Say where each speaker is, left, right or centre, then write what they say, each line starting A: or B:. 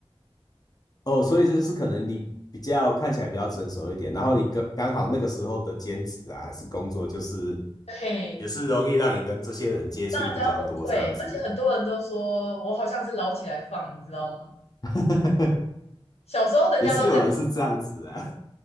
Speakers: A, on the left; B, on the left.
A: 哦，所以就是可能你比较看起来比较成熟一点，然后你刚刚好那个时候的兼职啊，还是工作，就是
B: 嘿，
A: 也是容易让你跟这些人接触比较多这样子，
B: 让人家误会。而且很多人都说我好像是捞起来放，你知道吗？
A: <laughs>
B: 小时候人家都这样。
A: 也是有人是这样子啊。